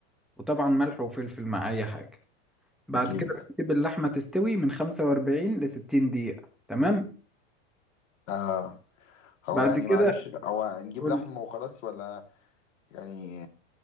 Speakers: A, in the centre; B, on the left (about 85°).
A: وطبعا ملح وفلفل مع أي حاجة بعد
B: اكيد
A: كده بنسيب اللحمة تستوي من 45 ل 60 دقيقة تمام
B: آه هو
A: بعد
B: يعني
A: كده
B: معلش هو نجيب
A: قول
B: لحم
A: لي
B: وخلاص ولا يعني